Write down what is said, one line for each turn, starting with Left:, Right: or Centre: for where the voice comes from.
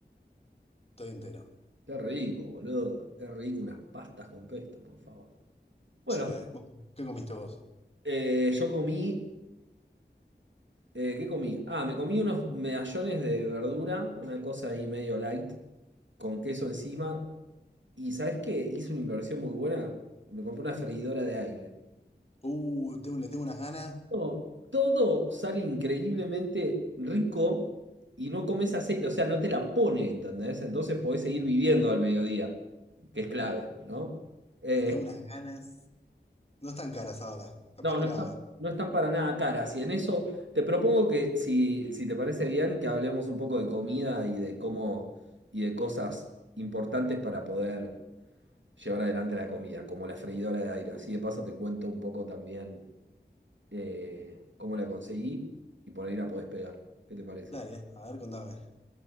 Left: estoy entero.
Right: Qué rico, boludo. Qué rico unas pastas con pesto, por favor. Bueno,
Left: Sí. ¿Vos ¿Qué comiste vos?
Right: eh, yo comí, eh, ¿qué comí? Ah, me comí unos medallones de verdura, una cosa ahí medio light, con queso encima. ¿Y sabes qué? Hice una inversión muy buena. Me compré una freidora de aire.
Left: Uh, tengo- le tengo unas ganas,
Right: Todo, todo sale increíblemente rico y no comes aceite, o sea, no te la pone, ¿entendés? Entonces podés seguir viviendo al mediodía, que es clave, ¿no? Eh,
Left: le tengo unas ganas. No están caras ahora. Capaz
Right: no,
Left: que
Right: no
Left: la...
Right: están, no están para nada caras. Y en eso te propongo que, si, si te parece bien, que hablemos un poco de comida y de cómo y de cosas importantes para poder llevar adelante la comida, como la freidora de aire. Así de paso te cuento un poco también eh, cómo la conseguí y por ahí la podés pegar. ¿Qué te parece?
Left: Dale, a ver, contame.